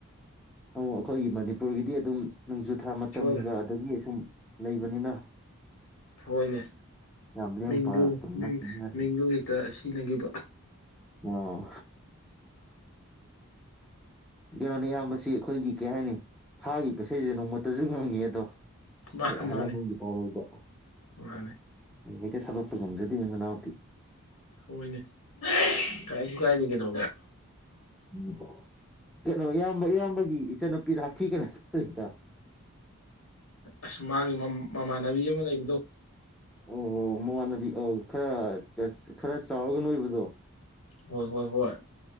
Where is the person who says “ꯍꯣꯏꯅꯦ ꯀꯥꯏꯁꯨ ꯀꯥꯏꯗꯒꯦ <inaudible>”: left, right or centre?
Left